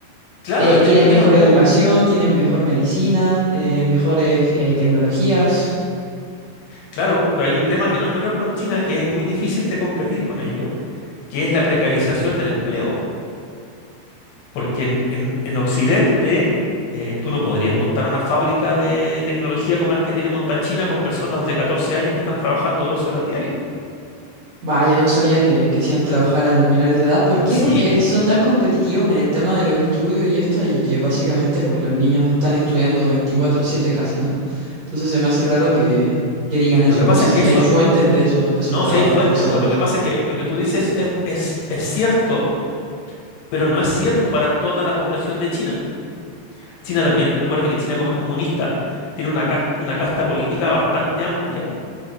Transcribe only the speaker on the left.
claro,
el,
te- el tema
es
cómo-
claro, pero hay un tema que no es menor con China, que es muy difícil de competir con ello, que es la precarización del empleo. Porque en, en- en Occidente eh, tú no podrías montar una fábrica de tecnología como las que tiene monta China con personas de 14 años que están trabajando 12 horas diarias.
Sí,
po.
Lo
que
pasa
es
que eso,
no,
si hay fuentes,
pues lo que pasa es que lo que tú dices es, es- es cierto, pero no es cierto para toda la población de China. China también, acuérdate que China como es comunista, tiene una, cac- una casta política bastante amplia